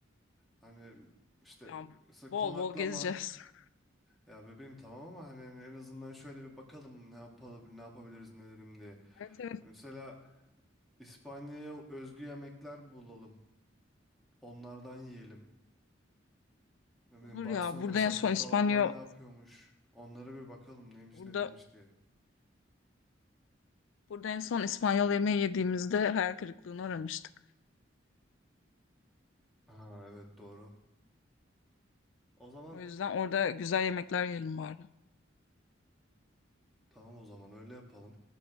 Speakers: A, in the centre; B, on the left.
A: Hani işte,
B: Ya
A: işte
B: bol
A: konaklama
B: bol gezeceğiz. <laughs>
A: ya bebeğim tamam ama hani en azından şöyle bir bakalım ne yapalım ne yapabiliriz ne edelim diye.
B: Evet evet
A: Mesela İspanya'ya özgü yemekler bulalım. Onlardan yiyelim. Ne bileyim
B: olur
A: Barcelona
B: ya. Burada
A: mesela
B: en son
A: Katalanlar
B: İspanya
A: ne yapıyormuş? Onlara bir bakalım neymiş
B: Burada
A: ne değilmiş diye.
B: Burada en son İspanyol yemeği yediğimizde hayal kırıklığına uğramıştık.
A: Ha evet doğru. O zaman
B: O yüzden orada güzel yemekler yiyelim bari.
A: tamam o zaman öyle yapalım.